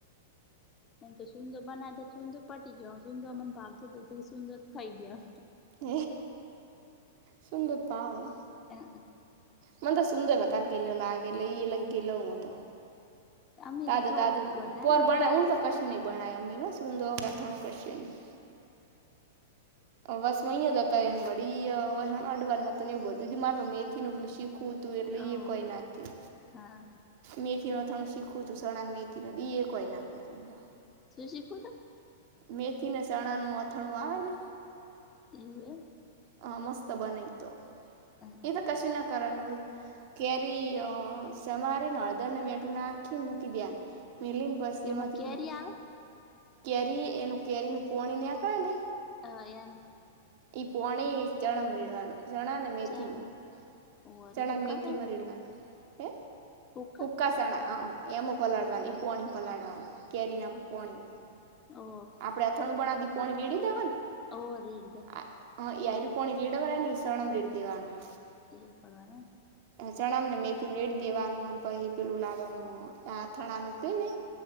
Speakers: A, on the left (about 25°); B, on the right (about 50°).
A: એ તો સુંદર બનાવે તો સૂદર પટી ગ સુંદો અમને ભાવતો તો સુંદર જ ખાઈ જાય.
B: હ સુંદર પાાવ.
A: હમ્મ.
B: મન તો સુુંદર બતાાર ગ લાગે લગ ગતો.
A: અમે
B: તાજે
A: તો થોડોક
B: તાજે
A: વધારે
B: પોર
A: નહી
B: બણાય તો કશું નહી બણાય અમી હો સઊંધોગ થણું કશું નહી. બસ વહીયા જતા વડી અઢવાર એવું બધું મારે મેથી ન બું શીખવું હતું એટલે
A: ઓ
B: એ કઈ નથી.
A: હા
B: મેથી નો થણું શીખવું છું સણાને મેથી નો બી એ કોય ના કરી.
A: શું શીખું તો?
B: મેથીને ચણા નું અથાણું આવે ને.
A: એવુ!
B: હા મસ્ત બન તો
A: એમ
B: એ તો કશ ના કરનું કેરી સમારીને હળદરને મઠું નાખીને મૂકી દયા મિલિન પછી
A: એટલે
B: એમાંથી
A: કેરી આવે
B: કેરી એનું કેરી નું પોણી નેકળે ને
A: અ યાની
B: ઈ પોણી ચણા રેડવાનું ચણા ને મેથીમાં
A: ચણા ઓ એટલે
B: ચણાને
A: હુકા
B: મેથી મરીડવા હે.
A: હક.
B: ઉકાસણા એમ પલાળવાનું પણી પલાળવાનું કેરીના પોણી
A: ઓ
B: આપડે અથણું બણા દ પોણી પીડી દેવા ને
A: ઓર હડદ.
B: હા આયાર પોની રિડમ સવણમ રેડ દીવાનું.
A: ક કરવાનાને
B: ચણા ને મેથી રેડી દેવાનું અને પછી પેલું લાવવાનું આ થણા ન કે ને